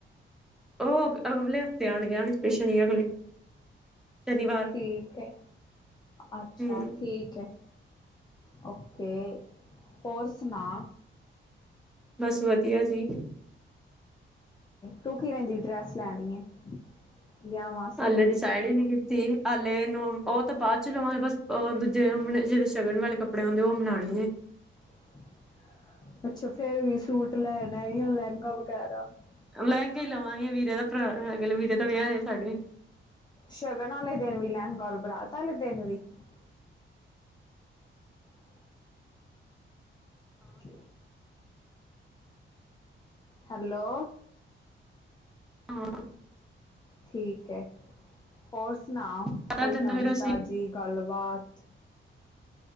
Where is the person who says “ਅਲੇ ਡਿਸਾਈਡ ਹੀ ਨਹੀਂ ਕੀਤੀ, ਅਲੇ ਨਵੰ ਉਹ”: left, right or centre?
Centre